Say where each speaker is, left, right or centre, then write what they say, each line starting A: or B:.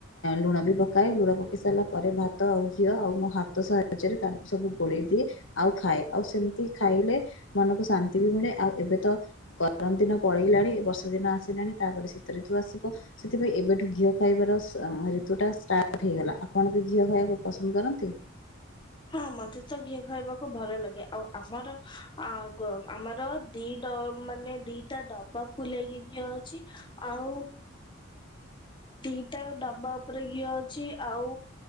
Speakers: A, on the left; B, on the left.
A: ଲୁଣ ବି ପକାଏ ଲୁଣ ପକେଇ ସାରିଲା ପରେ ଭାତ ଆଉ ଘିଅ ଆଉ ମୋ ହାତ ସାହାଯ୍ୟରେ ତାଙ୍କୁ ସବୁ ଗୋଳେଇ ଦିଏ ଆଉ ଖାଏ ଆଉ ସେମିତି ଖାଇଲେ ମନକୁ ଶାନ୍ତି ମିଳେ ଆଉ ଏବେ ତ ଗରମ ଦିନ ପଳେଇଲାଣି ବର୍ଷା ଦିନ ଆସିଲାଣି ତାପରେ ଶୀତ ଋତୁ ଆସିବ। ସେଥିପାଇଁ ଏବେଠୁ ଘିଅ ଖାଇବାର ସ ଋତୁଟା ଷ୍ଟାର୍ଟ ହେଇଗଲା ଆପଣ ବି ଘିଅ ଖାଇବାକୁ ପସନ୍ଦ କର ତେ
B: ହଁ ମତେ ତ ଘିଅ ଖାଇବାକୁ ଭଲ ଲାଗେ ଆଉ ଆମର ଅ ଆମର ଦିଟା ମାନେ ଦିଟା ଡବା ଫୁଲେଇକିି ଘିଅ ଅଛି ଆଉ ଦିଇଟାଯାକ ଦବା ଉପରେ ଘିଅ ଆଉ